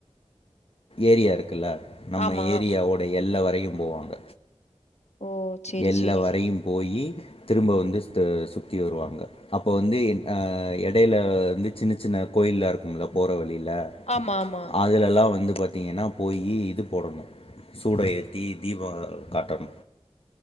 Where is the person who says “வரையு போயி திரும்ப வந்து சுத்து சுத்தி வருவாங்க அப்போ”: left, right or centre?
Left